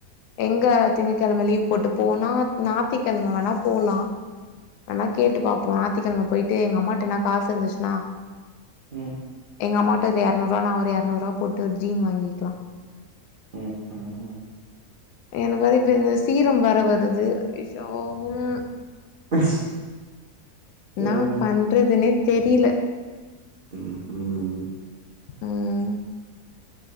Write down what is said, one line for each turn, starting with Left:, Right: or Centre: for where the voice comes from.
Left: எங்க திங்கக்கெழம லீவ் போட்டு போனா ஞாத்திக்கெழம வேணா போலா வேனா கேட்டு பாப்போ ஞாத்திக்கெழம போயிட்டு எங்க அம்மாட்டன்னா காசு இருந்துச்சுன்னா
Right: ம்
Left: எங்க அம்மாட்ட ஒரு எர்நூறுவா நா எர்நூறுவா போட்டு ஒரு ஜீன் வாங்கிக்லா
Right: ம் ம்
Left: எனக்கு வந்து இப்ப இந்த சீரம் வேற வருது அய்யோ ம்
Right: <unintelligible> சேர்
Left: இன்னாவ் பண்றதுன்னே தெரில
Right: ம் ம்
Left: ம்